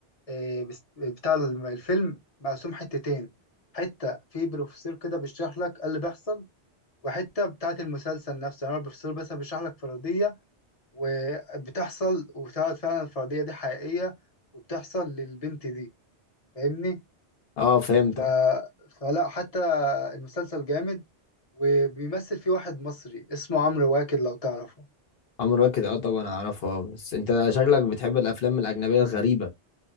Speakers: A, on the left (about 35°); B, on the left (about 60°).
A: آه، بس- بتاع الم- الفيلم مقسوم حتتين حتة في بروفيسور كده بيشرح لك إيه اللي بيحصل وحتة بتاعة المسلسل نفسه يعني هو البروفيسور بس بيشرح لك فرضية وبتحصل وبتعرض فعلا الفرضية دي حقيقية وبتحصل للبنت دي فاهمني
B: اه فهمتك
A: ف... فلا حتى المسلسل جامد وبيمثل فيه واحد مصري اسمه عمرو واكد لو تعرفه
B: عمرو واكد اه طبعا اعرفه اه بس انت شكلك بتحب الافلام الاجنبيه الغريبه